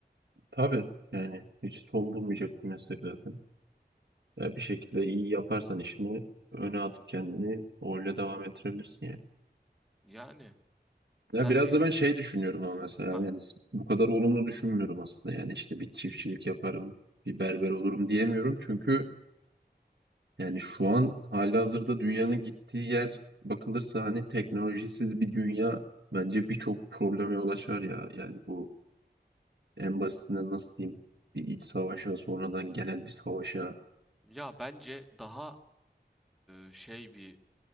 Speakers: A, on the right (about 80°); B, in the centre.
A: tabii yani hiç son bulmayacak bir meslek zaten. Ya bir şekilde iyi yaparsan işini öne atıp kendini öyle devam ettirebilirsin yani.
B: Yani sen
A: Ya biraz
B: ne
A: da ben şey düşünüyorum ama mesela
B: ha
A: yani bu kadar olumlu düşünmüyorum aslında. Yani işte bir çiftçilik yaparım, bir berber olurum diyemiyorum. Çünkü Yani şu an halihazırda dünyanın gittiği yer bakılırsa hani teknolojisiz bir dünya bence birçok probleme yol açar ya. Yani bu en basitinden nasıl diyeyim bir iç savaşa sonradan genel bir savaşa.
B: ya bence daha e, şey bir